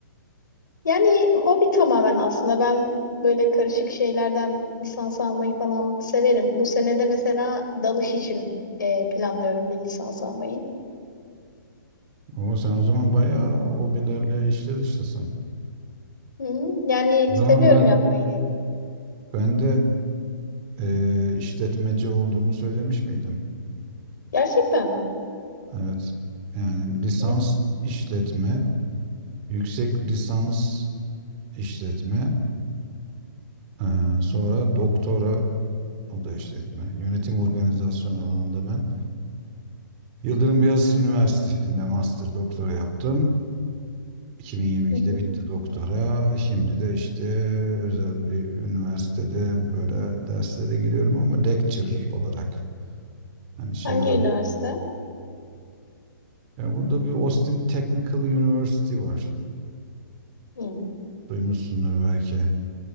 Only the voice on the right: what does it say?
Ama sen o zaman bayağı hobilerle işte dıştasın.
O zaman
ben
ben de eee, işletmeci olduğumu söylemiş miydim?
Evet. Yani lisans
işletme, yüksek lisans işletme, eee, sonra doktora o da işletme. Yönetim organizasyon alanında ben Yıldırım Beyazıt Üniversitesi'nde master doktora yaptım. 2022'de
bitti doktora. Şimdi de işte özel bir üniversitede böyle derslere giriyorum ama lecturer olarak. Hani şey
olarak.
Yani burada bir Austin Technical University var.
Duymuşsundur belki.